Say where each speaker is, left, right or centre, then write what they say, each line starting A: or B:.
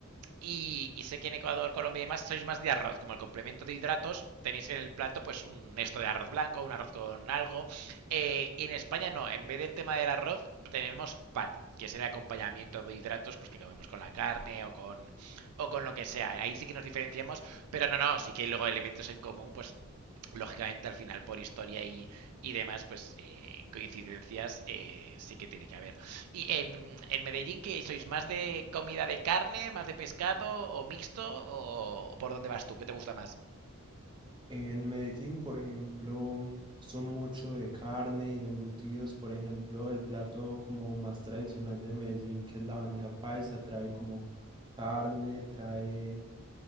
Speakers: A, on the right (about 85°); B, on the right (about 20°).
A: Y, y, sé que en Ecuador, Colombia y demás sois más de arroz. Como el complemento de hidratos, tenéis en el plato pues un esto de arroz blanco, un arroz con algo. Eh, y en España no, en vez del tema del arroz, tenemos pan, que es el acompañamiento de hidratos pues que comemos con la carne o con, o con lo que sea. Ahí sí que nos diferenciamos, pero no, no, sí que hay luego elementos en común, pues lógicamente al final por historia y, y demás, pues eh, coincidencias eh, sí que tiene que haber. Y en, en Medellín, ¿qué sois? ¿Más de comida de carne, más de pescado o mixto? ¿O, o por dónde vas tú? ¿Qué te gusta más?
B: En Medellín, por ejemplo, son mucho de carne y de embutidos. Por ejemplo, el plato como más tradicional de Medellín, que es la bandeja paisa, trae como carne, trae